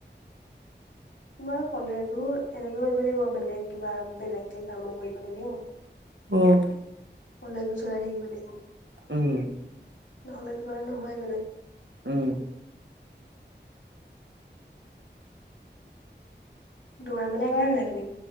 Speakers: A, on the left; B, on the right.
A: তোমাৰ ক'লেজো এনেকে কৰিব লাগিব, বেলেগ কিবা বেলেগকে কামো কৰিব লাগিব।
B: উম
A: কলেজো চলাই থাকিব লাগিব।
B: উম।
A: নহ'লে তোমাৰ নহয় মানে।
B: উম।
A: দৌৰা মেলা কৰা নাই তুমি?